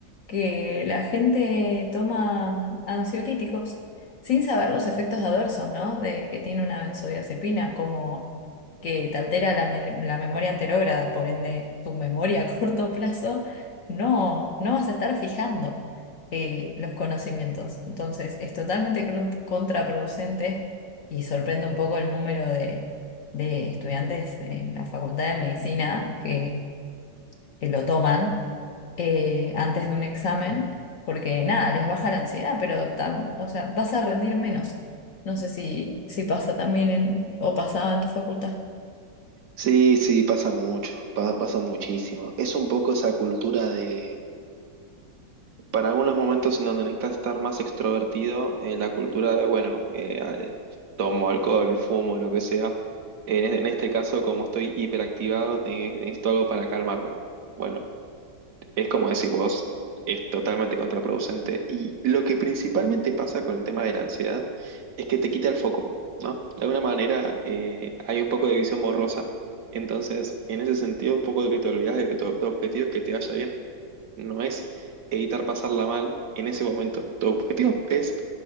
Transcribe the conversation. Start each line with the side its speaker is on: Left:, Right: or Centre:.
Left: que la gente toma ansiolíticos sin saber los efectos adversos, ¿no? De que tiene una benzodiazepina, como que te altera la, me- la memoria anterógrada, por ende tu memoria a <laughs> corto plazo, no, no vas a estar fijando eh, los conocimientos. Entonces es totalmente cron- contraproducente y sorprende un poco el número de estudiantes en la Facultad de Medicina que, que lo toman eh, antes de un examen, porque nada, les baja la ansiedad, pero tam- o sea, vas a rendir menos. No sé si, si pasa también en, o pasaba en tu facultad.
Right: Sí, sí, pasa mucho, pa- pasa muchísimo. Es un poco esa cultura de... Para algunos momentos en donde necesitas estar más extrovertido, eh, la cultura de, bueno, eh, a- eh, tomo alcohol, fumo, lo que sea. En, en este caso, como estoy hiperactivado, te- necesito algo para calmarme. Bueno, es como decís vos, es totalmente contraproducente. Y lo que principalmente pasa con el tema de la ansiedad es que te quita el foco, ¿no? De alguna manera, eh, hay un poco de visión borrosa. Entonces, en ese sentido, un poco de que te olvidas de que tu, tu objetivo es que te vaya bien no es evitar pasarla mal en ese momento. Tu objetivo es